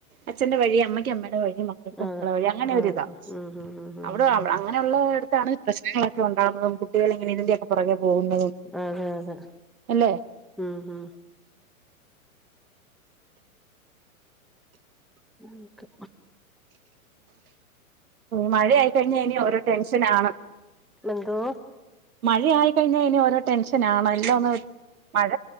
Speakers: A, on the right; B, in the centre.
A: അച്ഛന്റെ വഴി അമ്മക്ക് അമ്മേടെ വഴി മക്കക്ക്
B: അതെ
A: മക്കള വഴി അങ്ങനെ
B: ആഹ്
A: ഒരിതാ
B: ഉം ഉം ഉം ഉം
A: അവിടെ അവ് അങ്ങനെയൊള്ള എട്ത്താണ് പ്രശ്നങ്ങളൊക്കെ ഒണ്ടാവുന്നതും കുട്ടികളിങ്ങനെ ഇതിന്റെയൊക്കെ പൊറകേ പോകുന്നതും
B: ആ അതെഅതേ
A: അല്ലെ
B: ഊംഊം ന്ക്ക
A: മഴ ആയിക്കഴിഞ്ഞാ ഇനി ഓരോ ടെൻഷനാണ്
B: എന്തോ
A: മഴ ആയി കഴിഞ്ഞാ ഇനി ഓരോ ടെൻഷൻ ആണ് എല്ലാ ഒന്ന് മഴ